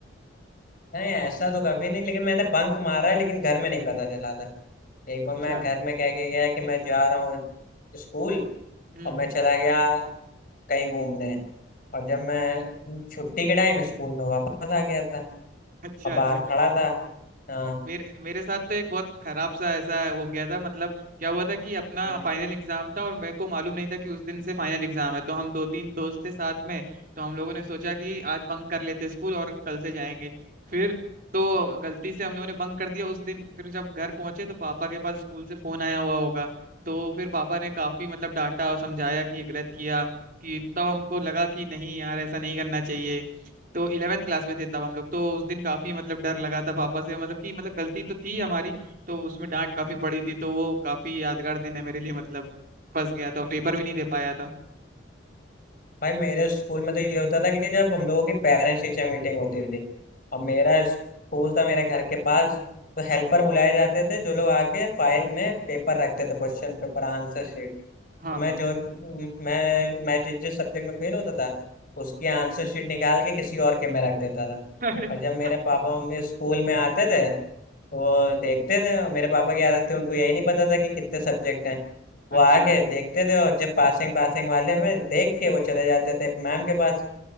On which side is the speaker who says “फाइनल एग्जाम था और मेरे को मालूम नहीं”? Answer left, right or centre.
Right